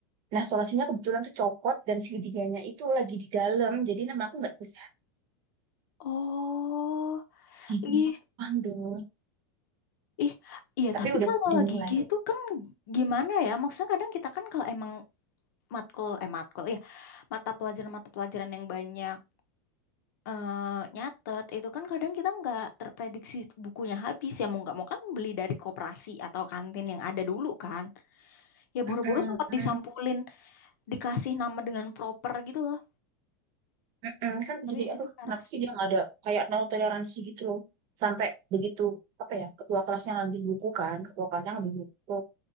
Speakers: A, on the right (about 45°); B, on the left (about 70°).
A: nah solasinya kebetulan tuh copot dan segitiganya itu lagi di dalam jadi nama aku nggak kelihatan
B: Oh,
A: di
B: ih,
A: doang dong
B: ih, iya.
A: tapi
B: Tapi
A: udah
B: kalau
A: dimulai
B: lagi gitu kan gimana ya? Maksudnya kadang kita kan kalau emang matkul eh matkul ya mata pelajaran-mata pelajaran yang banyak eh, nyatet itu kan kadang kita nggak terprediksi bukunya habis ya mau nggak mau kan beli dari koperasi atau kantin yang ada dulu kan ya boro-boro
A: Mm-mm,
B: sempat disampulin dikasih nama dengan proper gitu loh
A: mm-mm. kan
B: tapi
A: jadi aduh
B: itu parah
A: kenapa sih
B: sih
A: dia nggak ada kayak nol toleransi gitu loh sampai begitu apa ya ketua kelasnya ngambil buku kan ketua kelasnya ngambil buku